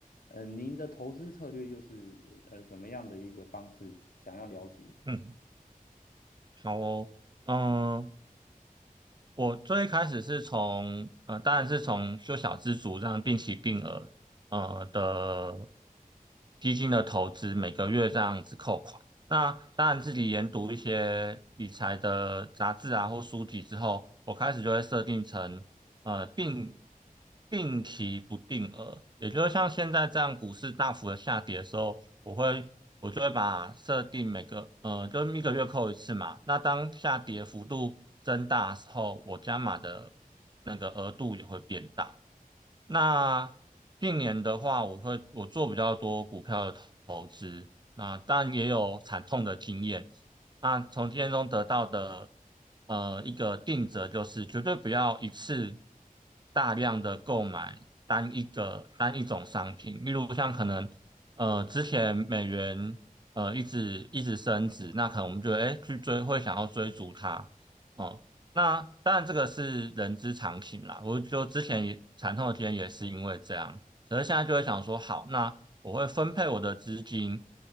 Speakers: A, on the left; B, on the right.
A: 呃，您的投资策略又是呃怎么样的一个方式？想要了解。
B: 嗯，好哦，嗯、我最开始是从呃，当然是从修小资族这样定期定额呃的基金的投资，每个月这样子扣款。那当然自己研读一些理财的杂志啊或书籍之后，我开始就会设定成呃定定期不定额，也就是像现在这样股市大幅的下跌的时候，我会我就会把设定每个呃，就是一个月扣一次嘛。那当下跌幅度增大的时候，我加码的那个额度也会变大。那近年的话，我会我做比较多股票的投投资，那但也有惨痛的经验。那从经验中得到的呃一个定则就是绝对不要一次大量的购买单一个单一种商品，例如像可能呃，之前美元呃一直一直升值，那可能我们就哎去追，会想要追逐它哦。那当然这个是人之常情啦，我就之前也惨痛的经验也是因为这样，可是现在就会想说，好，那我会分配我的资金，